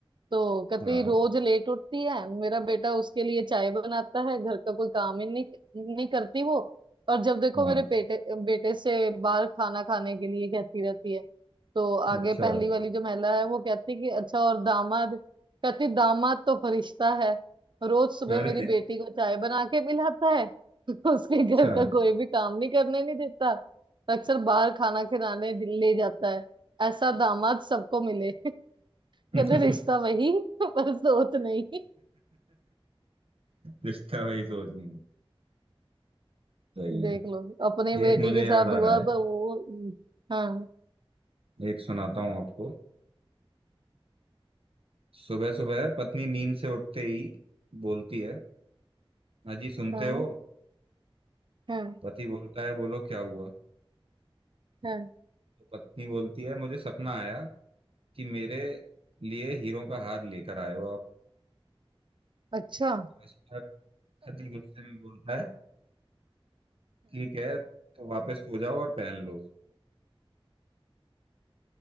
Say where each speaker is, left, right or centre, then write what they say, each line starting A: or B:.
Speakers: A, on the right; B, on the right.
A: तो कहती
B: हाँ
A: रोज लेट उठती है मेरा बेटा उसके लिए चाय बनाता है घर का कोई काम ही नहीं नहीं करती वो और जब देखो
B: हाँ
A: मेरे बेटे बेटे से बाहर खाना खाने के लिए कहती रहती है तो आगे
B: अच्छा
A: पहली वाली जो महिला है वो कहती कि अच्छा और दामाद कहती दामाद तो फरिश्ता है रोज सुबह
B: अरे
A: मेरी बेटी को चाय बना के पिलाता है <laughs> उसके
B: अच्छा
A: घर का कोई भी काम नहीं करने नहीं देता अक्सर बाहर खाना खिलाने ले जाता है ऐसा दामाद सबको मिले <laughs> कहते
B: <laughs>
A: रिश्ता वही पर सोच नहीं
B: रिश्ता वही सोच नहीं सही
A: देख
B: है
A: लो अपनी बेटी
B: एक मुझे
A: के
B: याद
A: साथ हुआ
B: आ रहा
A: तो वो हाँ
B: है एक सुनाता हूँ आपको सुबह सुबह पत्नी नींद से उठते ही बोलती है अजी सुनते
A: हाँ
B: हो
A: हाँ
B: पति बोलता है बोलो क्या हुआ
A: हाँ
B: तो पत्नी बोलती है मुझे सपना आया कि मेरे लिए हीरों का हार लेकर आए हो आप
A: अच्छा
B: तो इस पर पति गुस्से में बोलता है ठीक है तो वापस सो जाओ और पहन लो